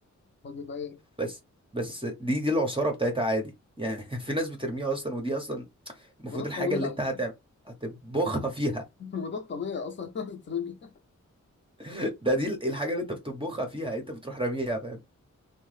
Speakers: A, on the left; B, on the right.
A: فبيبقى ايه
B: بس بس دي دي العصاره بتاعتها عادي يعني <laughs> في ناس بترميها اصلا ودي اصلا المفروض
A: وده الطبيعي
B: الحاجه اللي انت هتعمل هتطبخها فيها
A: <laughs> وده الطبيعي اصلا <laughs> الناس تترمي
B: <laughs> ده دي الحاجه اللي انت بتطبخها فيها انت بتروح راميها فاهم